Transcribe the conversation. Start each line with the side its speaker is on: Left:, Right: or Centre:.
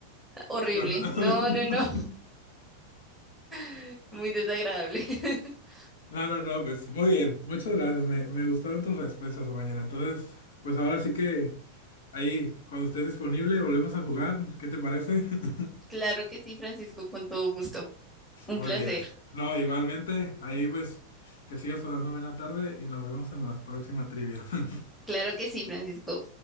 Centre: horrible.
Left: <laughs> cuando- <laughs>
Centre: No, no, no, <laughs> muy desagradable. <laughs>
Left: No, no, no, pues muy bien. Muchas gracias. Me, me gustaron tus respuestas, mañana. Entonces, pues ahora sí que ahí, cuando estés disponible, volvemos a jugar. ¿Qué te parece? <laughs>
Centre: Claro que sí, Francisco, con todo gusto. Un
Left: Muy
Centre: placer.
Left: bien. No, igualmente, ahí pues que sigas pasando buena tarde y nos vemos en la próxima trivia. <laughs>
Centre: Claro que sí, Francisco.